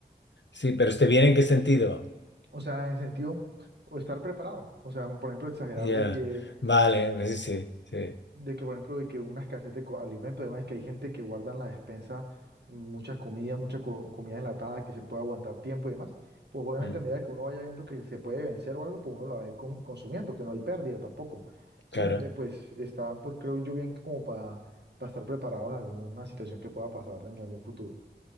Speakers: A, on the left; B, on the right.
A: Sí, pero ¿esté bien en qué sentido?
B: o sea, en sentido, o estar preparado, o sea, por ejemplo, exagerar
A: Ya,
B: de que...
A: Vale, sí, sí, sí,
B: de que, por ejemplo, de que hubo una escasez de co- alimentos, además, que hay gente que guarda en la despensa muchas comidas, mucha co- comida enlatada que se puede aguantar tiempo y demás, pues obviamente
A: Mm,
B: a medida que uno vaya viendo que se puede vencer o algo, pues uno la va a ir con- consumiendo, que no hay pérdida tampoco. ¿Sí?
A: claro.
B: Entonces, pues está, pues creo yo bien que como para, para estar preparado en alguna situación que pueda pasar en algún futuro.